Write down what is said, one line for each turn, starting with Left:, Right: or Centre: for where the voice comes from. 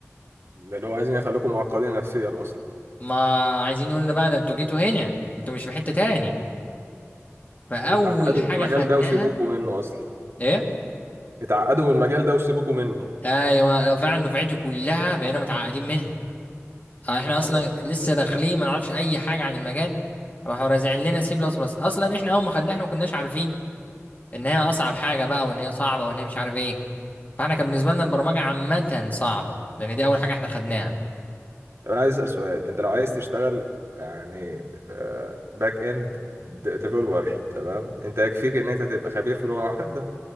Right: ده اللي هو عايزين يخليكم معقدين نفسيا اصلا
Left: ما عايزين يقولنا بقى ده انتوا جيتوا هنا انتوا مش في حتة تاني فاول
Right: اتعقدوا
Left: حاجة
Right: من المجال
Left: خدناها
Right: ده وسيبوكوا منه اصلا
Left: ايه
Right: اتعقدوا من المجال ده وسيبوكوا منه
Left: ايوه لو فعلا دفعتي كلها بقينا متعقدين منها آه، احنا
Right: لا حول
Left: اصلا
Right: ولا قوة
Left: لسه
Right: الا بالله
Left: داخلين ما نعرفش اي حاجه عن المجال راحوا رازعين لنا سي بلس بلس اصلا احنا اول ما خدناها احنا ما كناش عارفين ان هي اصعب حاجه بقى وان هي صعبه وان هي مش عارف ايه فاحنا كان بالنسبه لنا البرمجه عامه صعبه لان دي اول حاجه احنا خدناها
Right: طب انا عايز اسال سؤال انت لو عايز تشتغل يعني باك اند ديفلوبر تمام انت يكفيك ان انت تبقى خبير في لغه واحده